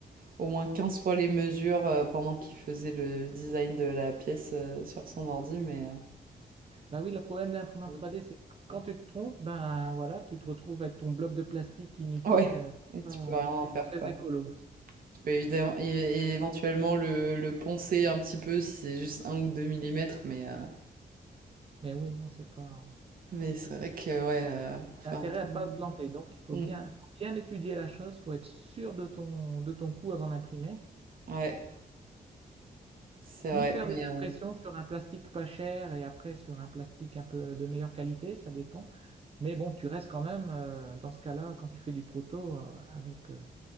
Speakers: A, on the right (about 60°); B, on the right (about 35°).
A: au moins 15 fois les mesures euh, pendant qu'il faisait le design de la pièce euh, sur son ordi, mais euh,
B: Bah oui, le problème de l'imprimante
A: ouais,
B: 3D, c'est que quand tu te trompes, ben voilà, tu te retrouves avec ton bloc de plastique inutile.
A: Ouais,
B: euh, C'est
A: et tu
B: pas,
A: peux rien en
B: c'est
A: faire,
B: pas très
A: quoi.
B: écolo.
A: Tu peux évidemment, é- é- éventuellement le, le poncer un petit peu si c'est juste un ou deux millimètres, mais, euh,
B: Mais oui, non, c'est pas,
A: mais c'est
B: c'est
A: vrai que, ouais, euh, pour
B: L'intérêt
A: faire un truc.
B: à pas planter. Donc, il faut
A: Mm,
B: bien, faut bien étudier la chose, faut être sûr de ton, de ton coût avant d'imprimer.
A: ouais, c'est vrai,
B: Ou faire
A: mais.
B: des
A: euh,
B: impressions sur un plastique pas cher et après sur un plastique un peu de meilleure qualité, ça dépend. Mais bon, tu restes quand même, euh, dans ce cas-là, quand tu fais du proto, euh, avec, euh,